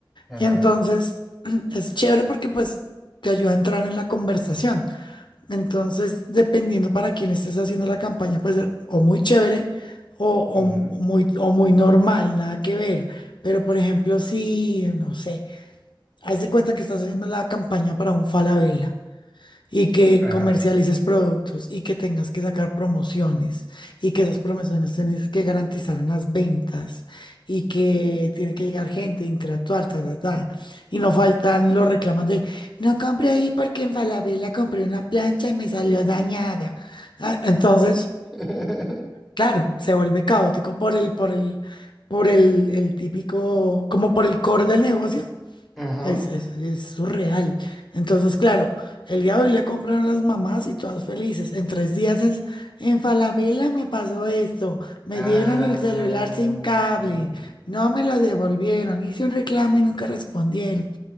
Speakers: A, in the centre; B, on the left.
A: Ajá.
B: Y entonces <clears throat> es chévere porque pues te ayuda a entrar en la conversación. Entonces, dependiendo para quién estés haciendo la campaña, puede ser o muy chévere o,
A: Ujú.
B: o muy, o muy normal, nada que ver. Pero, por ejemplo, si, no sé. Haz de cuenta que estás haciendo la campaña para un Falabella y que
A: Ajá.
B: comercialices productos y que tengas que sacar promociones y que esas promociones tienes que garantizar unas ventas y que tiene que llegar gente, interactuar, ta, ta, ta. Y no faltan los reclamos de, no compré ahí porque en Falabella compré una plancha y me salió dañada. Ah, Entonces,
A: <laughs>
B: claro, se vuelve caótico por el, por el, por el, el típico, como por el core del negocio
A: Ajá.
B: es, es, es surreal. Entonces, claro, el día de hoy le compran a las mamás y todas felices. En tres días es, en Falabella me pasó esto, me
A: Ah,
B: dieron el celular sin cable,
A: claro.
B: no me lo devolvieron, hice un reclamo y nunca respondieron.